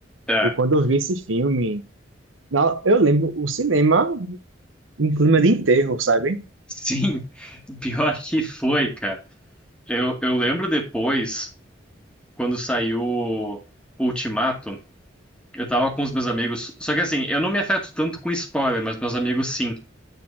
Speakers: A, in the centre; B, on the right.
A: É,
B: E quando eu vi esse filme, na- eu lembro o cinema em clima de enterro, sabe?
A: sim, <laughs> pior que foi, cara. Eu, eu lembro depois, quando saiu Ultimato, eu tava com os meus amigos. Só que assim, eu não me afeto tanto com spoiler, mas meus amigos sim.